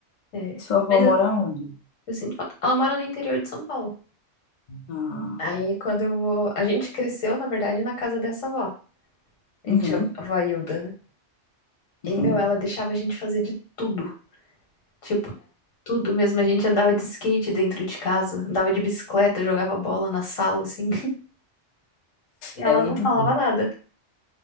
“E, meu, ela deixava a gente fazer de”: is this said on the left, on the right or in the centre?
Left